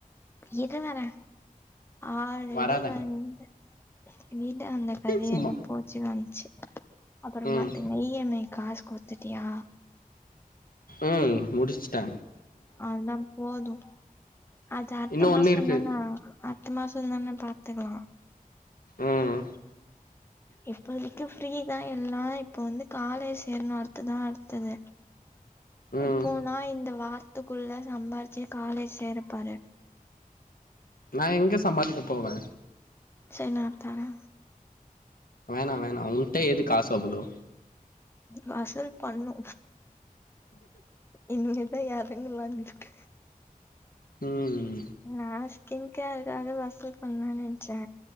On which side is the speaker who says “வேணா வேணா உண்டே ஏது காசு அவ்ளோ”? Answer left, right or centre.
Left